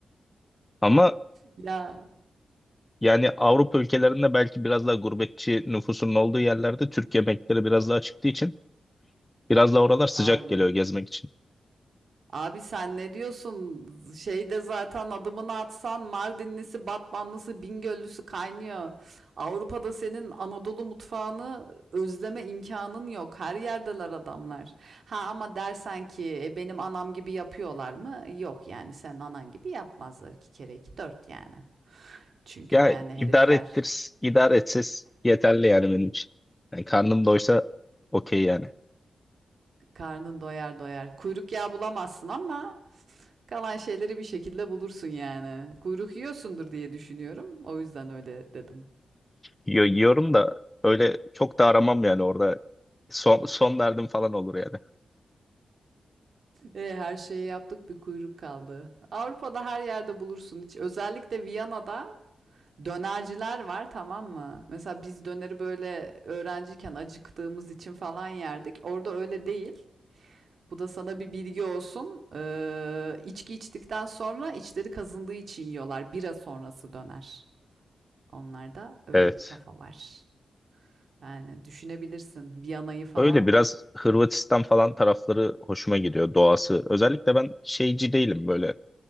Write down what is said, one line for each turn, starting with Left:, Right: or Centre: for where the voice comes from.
Left: Ama
Right: Ya
Left: yani Avrupa ülkelerinde belki biraz daha gurbetçi nüfusun olduğu yerlerde Türk yemekleri biraz daha çıktığı için biraz daha oralar sıcak
Right: abi.
Left: geliyor gezmek için.
Right: Abi sen ne diyorsun? Z- Şeyde zaten adımını atsan Mardinlisi, Batmanlısı, Bingöllüsü kaynıyor. Avrupa'da senin Anadolu mutfağını özleme imkanın yok. Her yerdeler adamlar. Ha ama dersen ki "E, benim anam gibi yapıyorlar mı? Yok yani sen anan gibi yapmazlar iki kere iki dört yani. Çünkü
Left: Ya
Right: yani herifler
Left: idare ettir, idare etsiz yeterli yani benim için. Yani karnım doysa okey yani.
Right: karnın doyar doyar. Kuyruk yağı bulamazsın ama Kalan şeyleri bir şekilde bulursun yani. Kuyruk yiyorsundur diye düşünüyorum. O yüzden öyle dedim.
Left: Yo- yiyorum da öyle çok da aramam yani orada. Son, son derdim falan olur yani.
Right: E, her şeyi yaptık bir kuyruk kaldı. Avrupa'da her yerde bulursun. Hiç, özellikle Viyana'da dönerciler var tamam mı? Mesela biz döneri böyle öğrenciyken acıktığımız için falan yerdik. Orada öyle değil. Bu da sana bir bilgi olsun. Ee, içki içtikten sonra içleri kazındığı için yiyorlar. Bira sonrası döner. Onlarda öyle
Left: Evet.
Right: bir kafa var. Yani düşünebilirsin Viyana'yı falan.
Left: Öyle biraz Hırvatistan falan tarafları hoşuma gidiyor doğası. Özellikle ben şeyci değilim böyle.